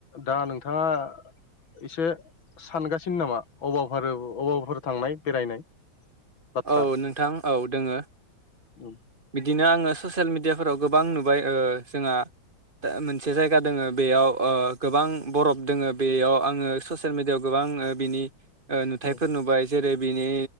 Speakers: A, on the left (about 85°); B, on the right (about 30°).
A: दा नोंथाङा एसे सानगासिनो नामा अबाफोर- अबावाफोर थांनाय बेरायनाय बाथ्रा
B: औ नोंथां औ दोङो
A: उम
B: बिदिनो आङो ससियेल मिडियाफोराव गोबां नुबाय जोंहा मोनसे जायगा दोङो बेयाव गोबां बरफ दोङो बेयाव आङो ससियेल मिडियायाव गोबां गोबां बिनि नुथायफोर
A: उम
B: नुबाय जेरै बिनि